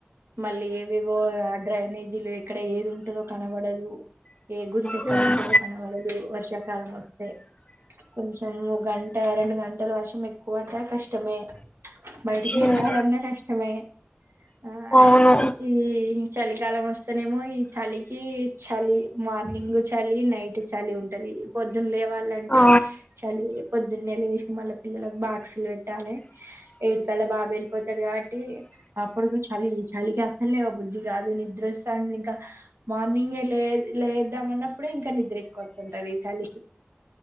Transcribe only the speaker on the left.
హ్మ్.
హ్మ్.
అవును.
ఆ!